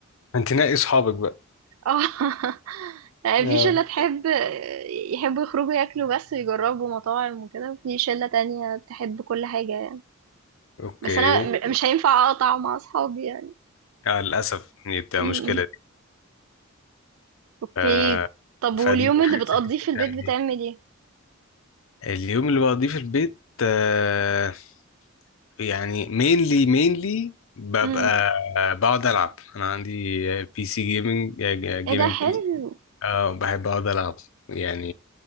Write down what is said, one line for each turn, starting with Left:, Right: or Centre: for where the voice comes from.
Left: ما أنت نقي صحابك بقى
Right: اه <laughs>
Left: آه.
Right: في شلة تحب يحبوا يخرجوا ياكلوا بس ويجربوا مطاعم وكده وفي شلة تانية تحب كل حاجة يعني
Left: أوكي
Right: بس انا م- مش هينفع اقطع مع اصحابي يعني
Left: آه للأسف دي بتبقى
Right: م-م.
Left: مشكلة دي
Right: اوكي
Left: آه
Right: طب
Left: فدي
Right: واليوم اللي
Left: حاجة
Right: بتقضيه
Left: زي كده
Right: في البيت
Left: بتعمل
Right: بتعمل
Left: إيه
Right: ايه
Left: اليوم اللي بقضيه في البيت آه يعني مينلي مينلي ببقى
Right: م.
Left: بقعد ألعب أنا عندي بي سي جيمنج
Right: ايه
Left: جيمنج
Right: ده حلو
Left: بي سي آه بحب أقعد ألعب يعني